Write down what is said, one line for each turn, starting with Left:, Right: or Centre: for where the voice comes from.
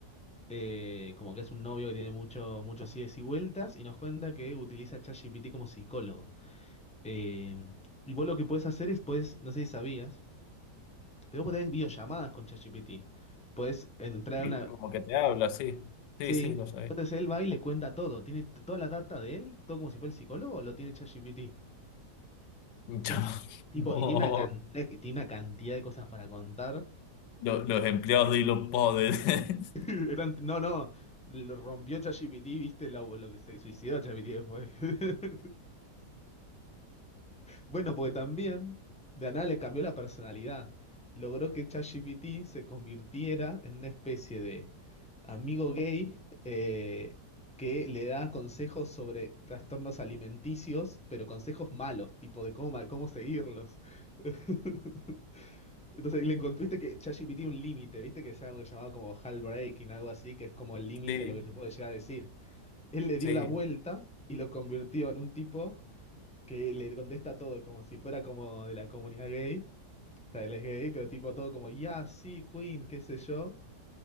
Centre: eh, como que es un novio que tiene mucho, muchos ides y vueltas, y nos cuenta que utiliza ChatGPT como psicólogo. Eh, y vos lo que puedes hacer es, puedes, no sé si sabías, pero vos podés hacer videollamadas con ChatGPT. Puedes entrar
Left: Sí,
Centre: a una...
Left: como que te habla, sí. Sí,
Centre: Sí,
Left: sí, lo sabía.
Centre: entonces él va y le cuenta todo. Tiene t- toda la data de él, todo como si fuera el psicólogo, lo tiene ChatGPT.
Left: <laughs>
Centre: Es tipo, y tiene una cantidad, tiene una cantidad de cosas para contar.
Left: No, lo- los empleados de Elon Poders.
Centre: <laughs>
Left: <laughs>
Centre: Eran- No, no, lo rompió ChatGPT, viste lo, lo que se suicidó ChatGPT después. <laughs> Bueno, porque también de la nada le cambió la personalidad. Logró que ChatGPT se convirtiera en una especie de amigo gay eh, que le da consejos sobre trastornos alimenticios, pero consejos malos, tipo de cómo, cómo seguirlos. <laughs> Entonces le encontraste que ChatGPT un límite, viste que es algo que llamaba como breaking, algo así, que es como el límite
Left: Sí,
Centre: de lo que te puede llegar a decir. Él le dio
Left: sí.
Centre: la vuelta y lo convirtió en un tipo que le contesta todo como si fuera como de la comunidad gay. O sea, él es gay, pero tipo todo como, ya, sí, Queen, qué sé yo.